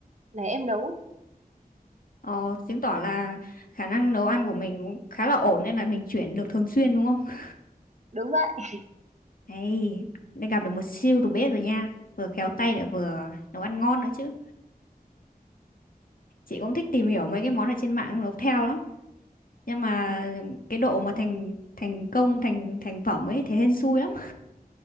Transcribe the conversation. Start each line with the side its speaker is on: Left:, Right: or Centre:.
Right: này em nấu
Left: ờ, chứng tỏ là khả năng nấu ăn của mình cũng khá là ổn nên là mình chuyển được thường xuyên đúng không?
Right: đúng vậy
Left: Đây, đã gặp được một siêu đầu bếp rồi nha. Vừa khéo tay lại vừa nấu ăn ngon nữa chứ. Chị cũng thích tìm hiểu mấy cái món ở trên mạng nấu theo lắm. Nhưng mà cái độ mà thành thành công thành thành phẩm ấy thế hên xui lắm.